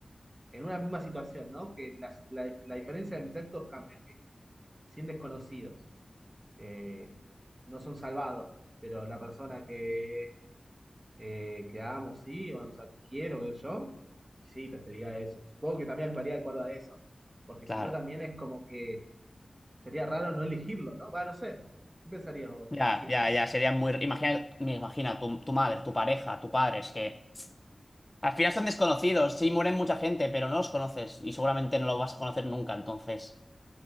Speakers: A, on the right; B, on the left.
A: en una misma situación, ¿no? Que las- la, la diferencia de mis actos cambia, que 100 desconocidos eh, no son salvados, pero la persona que, eh, que amo, sí, o, sea, que quiero, veo yo, sí, preferiría eso. Supongo que también actuaría de acuerdo a eso, porque
B: claro.
A: si no también es como que Sería raro no elegirlo, ¿no? Va, no sé. ¿Qué pensarías vos?
B: Ya,
A: Sí,
B: ya, ya. Sería muy... Imagina, me imagina tu, tu madre, tu pareja, tu padre. Es que al final son desconocidos. Sí, mueren mucha gente, pero no los conoces y seguramente no los vas a conocer nunca, entonces...